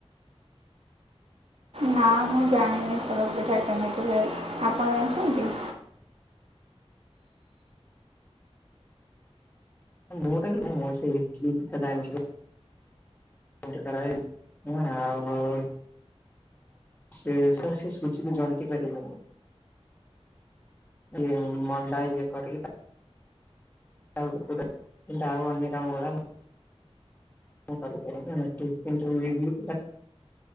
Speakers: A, on the right; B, on the left.
A: ନାମୁଁ ଜାଣିନି ଫୋଡ଼ପିଠା କେମିତି ହୁଏ ଆପଣ ଜାଣିଛନ୍ତି?
B: ମୁଁତ ସେଇ ଇଟିଲି ପିଠା ଜାଣିଚି। କେମିତି କରାହୁଏ ଆଉ ସେ ସେ ସୁଝିକି ଜନ୍ତିି ପାରିବନି। ଏଇ ମଣ୍ଡା ଇଏ କରକି ତା <unintelligible> କିନ୍ତୁ ଆଉ ଅନ୍ୟ କାମଗୁରା ମୁଁ କରିପାରେନା କିନ୍ତୁ ଇଟିଲି ପିଠା